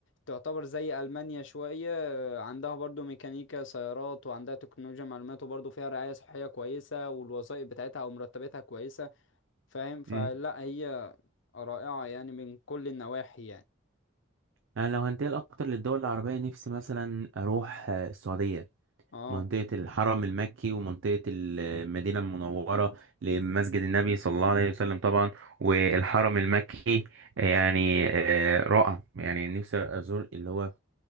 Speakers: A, on the left (about 70°); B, on the right (about 80°).
A: تعتبر زي ألمانيا شوية عندها برضو ميكانيكا سيارات وعندها تكنولوجيا معلومات وبرضو فيها رعاية صحية كويسة والوظائف بتاعتها او مرتباتها كويسة فاهم فلا
B: امم
A: هي رائعة يعني من كل النواحي يعني
B: انا لو هنتقل اكتر للدول العربيه نفسي مثلا اروح آه، السعوديه
A: اه
B: منطقة الحرم المكي ومنطقة المدينة المنورة لمسجد النبي صلى الله عليه وسلم طبعا والحرم المكي يعني آه، رائع يعني نفسي أزور اللي هو